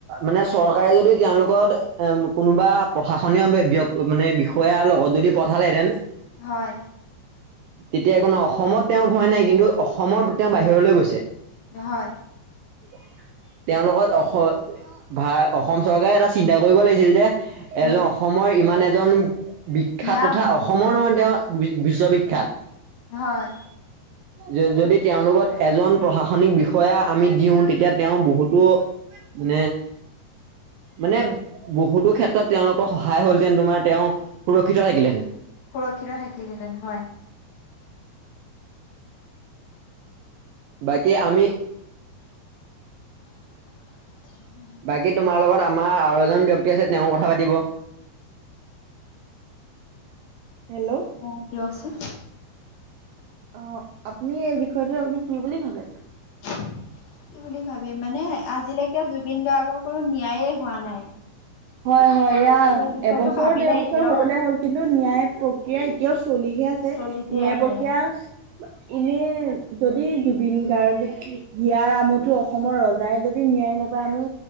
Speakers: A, on the right; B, on the left.
A: মানে চৰকাৰে যদি তেওঁৰ লগত এ কোনোবা প্ৰশাসনীয় বে ব্য মানে বিষয়া লগত যদি পঠালেহেঁতেন
B: হয়।
A: তেতিয়া একো নহ অসমত তেওঁ ভয় নাই কিন্তু অসমৰ তেওঁ বাহিৰলৈ গৈছে।
B: হয়।
A: <inaudible> তেওঁ লগত অস ভা অসম চৰকাৰে এটা চিন্তা কৰিব লাগিছিল যে
B: উম
A: এজন অসমৰ ইমান এজন বিখ্যাত
B: হিয়া
A: তথা
B: মুথু
A: অসমৰ নহয় তেওঁ বি বিশ্ববিখ্যাত।
B: হয়।
A: য যদি তেওঁৰ লগত এজন প্ৰশাসনিক বিষয়া আমি দিওঁ তেতিয়া তেওঁ বহুটো মানে, মানে বহুতো ক্ষেত্ৰত তেওঁলোকৰ সহায় হ'লহেঁতেন তোমাৰ তেওঁ সুৰক্ষিত থাকিলেহেঁতেন।
B: সুৰক্ষিত থাকিলহেঁতেন হয়।
A: বাকী আমি
B: <unintelligible>
A: বাকী তোমাৰ লগত আমাৰ আৰু এজন ব্যক্তি আছে তেওঁ কথা পাতিব। হেল্ল।
B: অ দিয়কচোন।
A: অ, আপুনি এই বিষয়টো আপুনি কি বুলি ভাবে?
B: <unintelligible> কি বুলি ভাবিম মানে আজিলৈকে জুবিন গাৰ্গৰ কোনো ন্যায়েই হোৱা নাই।
A: হয় হয় এইয়া
B: সেই বিষয়টো
A: এবছৰ,
B: ভাবিলে
A: দেৰ
B: এতিয়াও
A: হ'বলে হ'ল কিন্তু ন্যায় প্ৰক্ৰিয়া এতিয়াও চলিহে আছ ছে
B: চলিতে
A: ন্যায়
B: আছে।
A: প্ৰক্ৰিয়া ইনেই যদি জুবিন গাৰ্গ হিয়াৰ আমঠু অসমৰ অসমৰ ৰজাই যদি ন্যায় নাপায় আমি